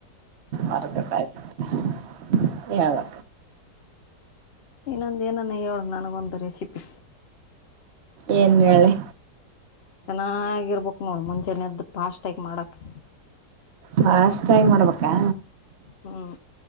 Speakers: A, on the right; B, on the left.
A: ಆದ್ರು ಕಟ್ ಆಯ್ತ್ <unintelligible> ಎನಗಲ್ಲ.
B: ಇನ್ನೊಂದು ಏನಾನ ಹೇಳು ನನಗೊಂದು ರೆಸಿಪಿ.
A: ಏನ್ ಹೇಳಿಲಿ
B: ಚೆನ್ನಾಗಿರ್ಬೇಕು ನೋಡಿ ಮುಂಚೆನೆದ್ದು ಫಾಸ್ಟಾಗಿ ಮಾಡಕ್ಕೆ.
A: ಫಾಸ್ಟ್ ಆಗಿ ಮಾಡ್ಬೇಕಾ
B: ಹ್ಮ್